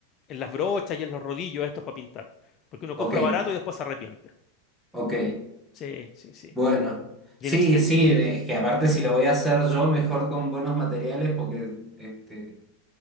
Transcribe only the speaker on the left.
en las brochas y en los rodillos estos para pintar, porque uno
compra barato y después se arrepiente.
Sí, sí, sí.
Y
en este...